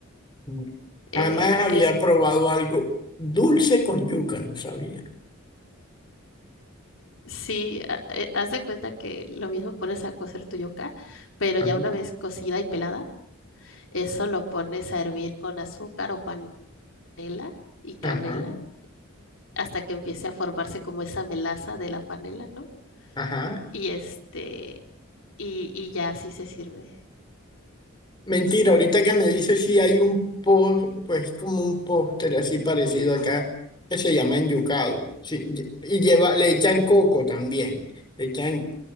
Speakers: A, on the left; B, on the left.
A: mm.
B: Eh,
A: Jamás
B: es
A: había probado algo dulce con yuca, no sabía.
B: Sí, ha- eh, haz de cuenta que lo mismo pones a cocer tu yuca, pero
A: Ajá,
B: ya una vez cocida y pelada, eso lo pones a hervir con azúcar o panela y canela
A: ajá.
B: hasta que empiece a formarse como esa melaza de la panela, ¿no?
A: ajá.
B: Y este, y, y ya así se sirve.
A: Mentira, ahorita que me dice si hay un post, pues como un póster así parecido acá, que se llama enyucado. Sí, lle- y lleva, le echan coco también. Le echan,